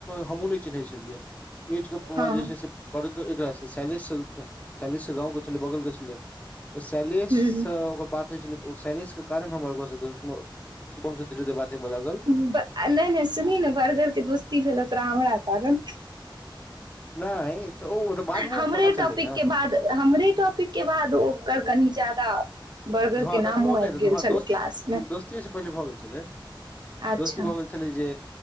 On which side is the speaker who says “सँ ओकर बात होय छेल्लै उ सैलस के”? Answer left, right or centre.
Left